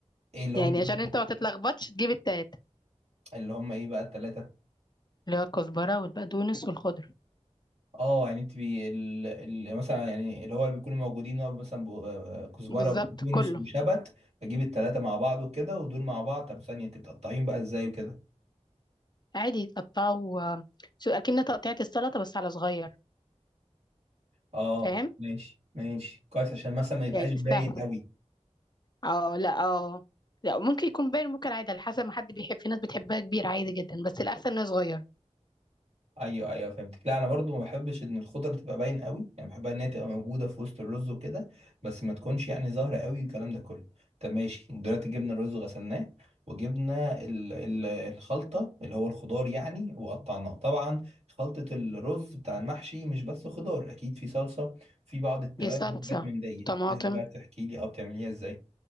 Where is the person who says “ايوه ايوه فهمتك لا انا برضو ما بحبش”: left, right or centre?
Right